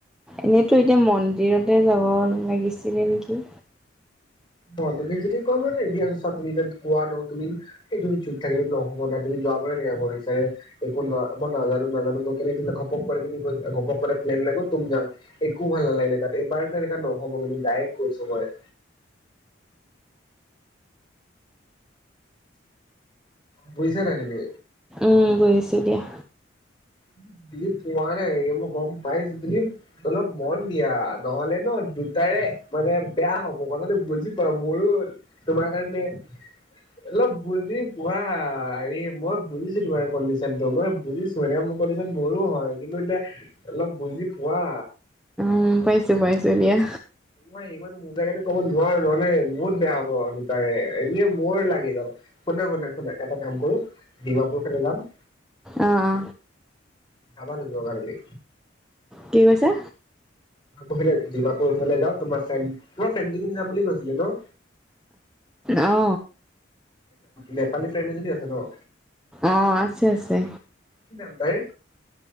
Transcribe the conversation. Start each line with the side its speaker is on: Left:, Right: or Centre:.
Centre: এনেইতো এতিয়া মন্দিৰতে যাব লাগিছিলে নেকি।
Left: অ তুমি যদি কোৱা মইতো ৰেডি আছো চা তুমি এতিয়া কোৱা ন তুমি এই তুমি চুপ থাকিলে নহ'ব না তুমি যোৱাবাৰে এনেকা কৰিছা ৰে একো ন মই নাজানো নাজানো কৈ কিনে ঘপক কৰে তুমি ঘপক কৰে প্লেন, তুম জাং, একো ভাল নালাগিলে তাত। এইবাৰ যে এনেকা নহ'ব কিন্তু ডাইৰেক্ট কৈছো মই। বুজিছা নাই তুমি?
Centre: উম বুজিছো দিয়া।
Left: উম বুজি পোৱা নাই ৰে মই গম পাইছো বুলি অলপ মন দিয়া, নহলে ন দুটাৰে মানে বেয়া হ'ব, কথাটো বুজি পোৱা মইও তোমাৰ কাৰণে অলপ বুজি পোৱা হেৰি মই বুজিছো তোমাৰ কণ্ডিচনতটো মই বুজিছো একাৰণে মোক পলিচন মোৰো হয় কিন্তু এতিয়া অলপ বুজি পোৱা
Centre: উম পাইছো পাইছো দিয়া।
Left: মই ইমান বুজাইকিনে ক'ব নোৱাৰো, নহলে বহুত বেয়া হ'ব দুটাই এনেও মোৰ লাগি যাব শুনা শুনা শুনা এটা কাম কৰো ডিমাপুৰ ফালে যাম।
Centre: অ অ।
Left: যাবা নোযোৱা তুমি
Centre: কি কৈছা?
Left: তোমাৰ ডিমাপুৰ ফালে যাম তোমাৰ ফ্ৰেণ্ড তোমাৰ ফ্ৰেণ্ডকেইজনী যাম বুলি কৈছিলে ন?
Centre: অ।
Left: নেপালী ফ্ৰেণ্ড এজনী আছে ন?
Centre: অ', আছে-আছে।
Left: কি নাম তাইৰ